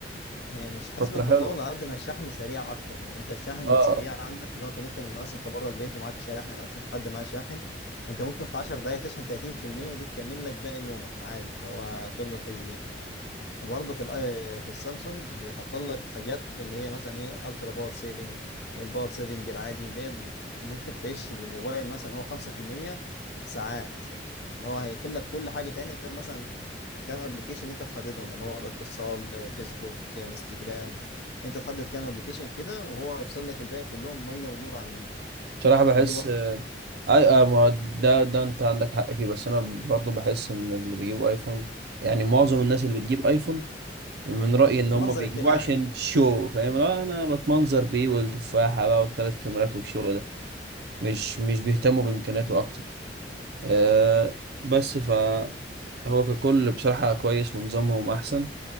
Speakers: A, on the left (about 65°); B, on the right (about 65°).
A: هي مش حسبة
B: فتره
A: بالطول
B: حلوه
A: على قد ما الشحن سريع اكتر يعني انت الشحن
B: اه
A: سريع عندك اللي هو انت ممكن لو مثلا انت بره البيت ومعاك شاحن او شفت حد معاه شاحن انت ممكن في 10 دقائق تشحن 30% دي تكمل لك باقي يومك عادي اللي هو تفضل تشبيه وبرضه في الاي في السامسونج بيحط لك حاجات في اللي هي مثلا ايه الترا باور سيفنج الباور سيفنج العادي ديت بت- ممكن تعيش بالموبايل مثلا هو 5% ساعات اللي هو هيقفل لك كل حاجه تاني غير مثلا كام ابلكيشن انت تحددهم اللي هو الاتصال آه، فيسبوك آه، انستجرام انت تحدد كام ابلكيشن كده وهو يفصل لك الباقي كلهم ميه ونور عن النيل
B: بصراحة بحس
A: فدي برضه
B: آه،
A: بصراحة-
B: اي آه ما ده ده انت عندك حق فيه بس انا برضو بحس ان اللي بيجيبوا ايفون يعني معظم الناس اللي بتجيب ايفون من رأيي ان هم
A: منظر
B: بيجيبوه
A: اجتماعي
B: عشان شو فاهم لا انا بتمنظر بيه والتفاحة بقى والثلاث كاميرات والشغل ده مش مش بيهتموا بامكانياته اكتر أه بس فهو ككل بصراحة كويس ونظامهم احسن